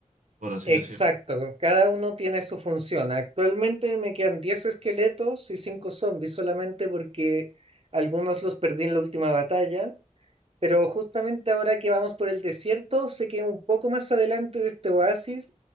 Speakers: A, on the right; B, on the right.
A: por así
B: exacto,
A: decirlo.
B: cada uno tiene su función. Actualmente me quedan 10 esqueletos y 5 zombies solamente porque algunos los perdí en la última batalla Pero justamente ahora que vamos por el desierto, sé que un poco más adelante de este oasis